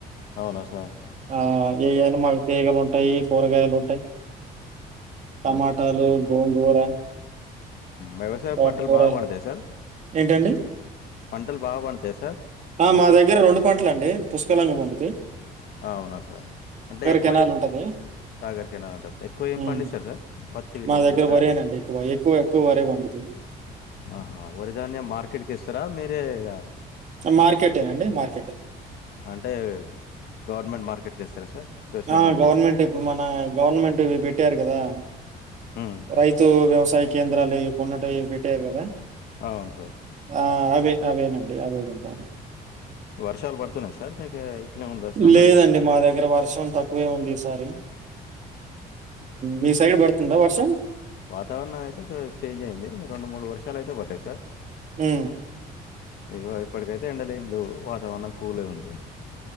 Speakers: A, on the left; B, on the right.
A: అవునా సార్
B: ఆ ఏవైనా మాకు తీగలు ఉంటాయి కూరగాయలు ఉంటాయి టమాటాలు
A: అదే సార్
B: గోంగూర
A: వ్యవసాయ
B: తోటకూర
A: పంటలు బాగా బండాతాయి సార్
B: ఏంటండి?
A: పంటలు బాగా బండతాయి సార్
B: ఆ మా దగ్గర రెండు పంటల అండి పుష్కలంగ పండుతయి
A: అవునా సార్ అంటే ఎక్కువ
B: కెనాలుంటది.
A: సాగర్ కెనాల్ ఉంటారు సార్ ఎక్కువ ఏమి
B: హ్మ్.
A: పండిస్తారు సార్ పత్తి ఇట్లా
B: మా
A: పండిస్తారా
B: దగ్గర వరేనండి ఎక్కువ. ఎక్కువ, ఎక్కువ వరే పండుతది.
A: ఆహా వారిధన్యం మార్కెట్ ఎస్తారా మీరే ఇకా
B: హ మార్కెటేనండి మార్కెటే
A: అంటే గవర్నమెంట్ మార్కెట్ కి ఇస్తారా సార్ వ్యవసాయ
B: ఆ
A: మార్కెట్
B: గవర్నమెంట్ ఇప్పుడు మన గవర్నమెంట్ ఇవి పెట్టారు కదా
A: ఉమ్
B: రైతు వ్యవసాయ కేంద్రాలు ఇవి కొన్నటవి పెట్టారు కదా
A: అవును సార్
B: ఆ అవే అవేనండి నువ్వు తింటాను
A: వర్షాలు పడుతున్నాయ సార్ మీకు ఇట్లనే ఉందా సమ్మర్
B: లేదండి మా దగ్గర వర్షం తక్కువే ఉంది ఈసారి మీ సైడ్ పడుతుందా వర్షం
A: వాతావరణం అయితే చేంజ్ అయింది రెండు మూడు వర్షాలు అయితే పడ్డాయి సార్
B: హ్
A: ఇగో ఇప్పటికైతే ఎండలు లేం లేవు వాతావరణం కూలే ఉంది.